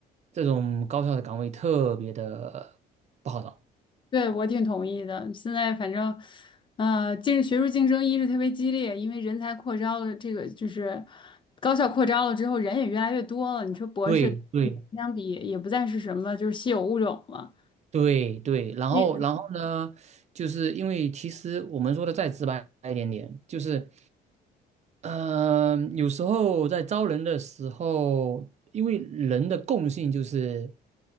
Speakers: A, on the right; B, on the left.
A: 这种高校的岗位特别的不好找。
B: 对，我挺同意的。现在反正，呃，竞学术竞争一是特别激烈，因为人才扩招了，这个就是高校扩招了之后，人也越来越多了。你说博士
A: 对对
B: 相比也不再是什么就是稀有物种了。
A: 对对，然后然后呢，
B: 也是
A: 就是因为其实我们说的再直白一点点，就是，嗯，有时候在招人的时候，因为人的共性就是，